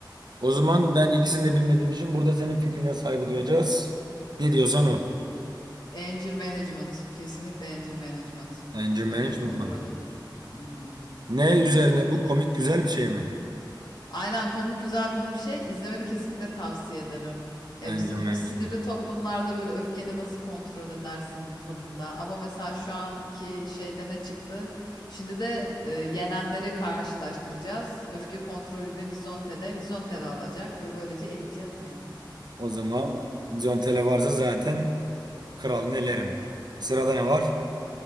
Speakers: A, on the right (about 60°); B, on the left (about 65°).
A: O zaman ben ikisini de bilmediğim için burada senin fikrine saygı duyacağız. Ne diyorsan o.
B: Anger Management. Kesinlikle Anger Management.
A: Anger
B: Öfke
A: management
B: kontrolü.
A: mı?
B: Hı hı.
A: Ne üzerine
B: Öfke kontrolü.
A: bu? Komik güzel bir şey mi?
B: Aynen komik güzel bir bir şey. İzlemeni kesinlikle tavsiye ederim. Ya
A: Anger
B: bizim
A: management.
B: gibi sinirli toplumlarda böyle öfkeni nasıl kontrol edersin tadında. Ama mesela şu anki şeyde ne çıktı? Şimdi de e, yenenleri karşılaştıracağız. Öfke kontrolüyle Vizonte'de. Vizonte'de alacak ve böylece eleyeceğiz yani.
A: O zaman John Tele varsa zaten kralını elerim. Sırada ne var?